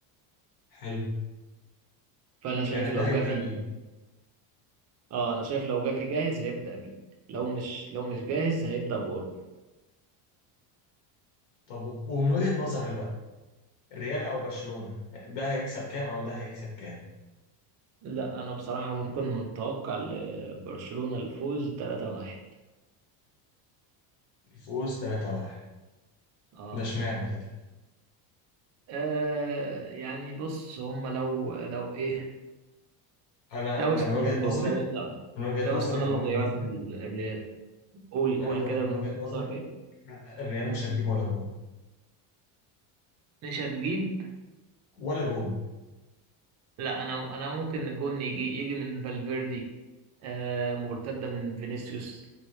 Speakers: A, on the left; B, on the right.
A: حلو
B: فانا شايف
A: يعني ده
B: لو
A: هيبدأ
B: جافي
A: بيه
B: اه انا شايف لو جري جاهز هيبدأ بيه لو مش لو مش جاهز هيبدأ بقوله
A: طب ومن وجهة نظرك بقى الريال أو برشلونة ده هيكسب كام أو ده هيكسب كام
B: لا انا بصراحة ممكن متوقع لبرشلونة الفوز 3-1
A: فوز 3-1
B: اه
A: ده اشمعنى كده
B: آه، يعني بص هم لو لو ايه
A: أنا
B: لو
A: أنا
B: استغلوا
A: من وجهة نظري
B: لو لا
A: من وجهة
B: لو
A: نظري
B: استغلوا
A: من وجهة
B: غيابات
A: نظري
B: ال- الريال قول قول
A: أنا بقول
B: كده
A: لك من
B: من
A: وجهة
B: وجهة
A: نظري
B: نظرك ايه
A: الريال مش هتجيب ولا جون
B: مش هتجيب
A: ولا جون
B: لا انا انا ممكن الجون يجي يجي من فالفيردي آه مرتده من فينيسيوس